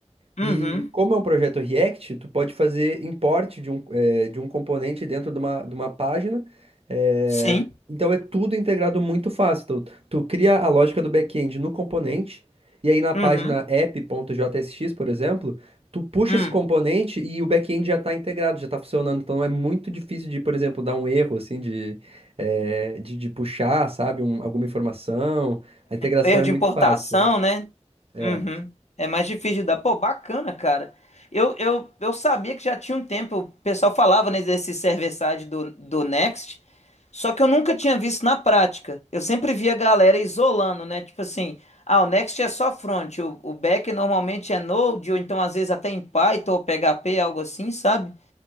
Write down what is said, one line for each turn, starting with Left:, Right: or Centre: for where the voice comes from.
Left: uhum,
Right: E como é um projeto React, tu pode fazer import de um, eh, de um componente dentro de uma, de uma página. eh,
Left: sim,
Right: então é tudo integrado muito fácil. Tu, tu cria a lógica do back-end no componente, e aí na página
Left: uhum,
Right: app.jsx, por exemplo, tu puxa
Left: hum.
Right: esse componente e o back-end já está integrado, já está funcionando. Então é muito difícil de, por exemplo, dar um erro assim de, eh, de, de puxar, sabe, um- alguma informação. A integração
Left: Erro
Right: é
Left: de
Right: muito
Left: importação,
Right: fácil.
Left: né?
Right: É.
Left: Uhum. É mais difícil de dar. Pô, bacana, cara. Eu, eu, eu sabia que já tinha um tempo, o pessoal falava, né, desse server-side do, do Next, só que eu nunca tinha visto na prática. Eu sempre via a galera isolando, né? Tipo assim, ah, o Next é só front, o, o back normalmente é Node, ou então às vezes até em Python ou PHP, algo assim, sabe?